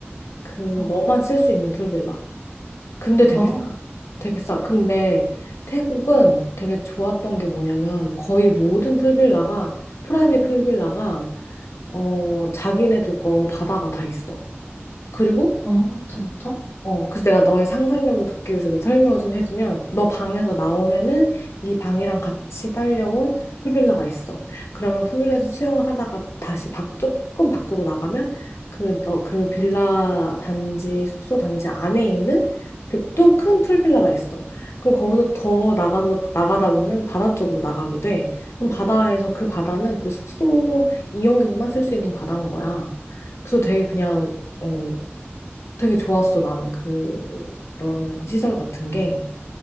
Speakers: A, on the left (about 80°); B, on the left (about 55°).
A: 그,
B: 어,
A: 너만 쓸 수 있는 풀빌라. 근데 되게
B: 어,
A: 싸. 되게 싸. 근데 태국은 되게 좋았던 게 뭐냐면 거의 모든 풀빌라가 프라이빗 풀빌라가 어 자기네들 거 바다가 다 있어. 그리고
B: 어, 진짜?
A: 어, 그래서 내가 너의 상상력을 돕기 위해서 내가 설명을 좀 해주면, 너 방에서 나오면은 네 방이랑 같이 딸려온 풀빌라가 있어. 그러면 풀빌라에서 수영을 하다가 다시 밖, 조금 밖으로 나가면 그, 어, 그 빌라 단지, 숙소 단지 안에 있는 그 또큰 풀빌라가 있어. 그럼 거기서 더 나가서, 나가다 보면 바다 쪽으로 나가게 돼. 그럼 바다에서 그 바다는 그 숙소 이용객만 쓸 수 있는 바다인 거야. 그래서 되게 그냥, 어, 되게 좋았어, 나는 그런 시설 같은 게.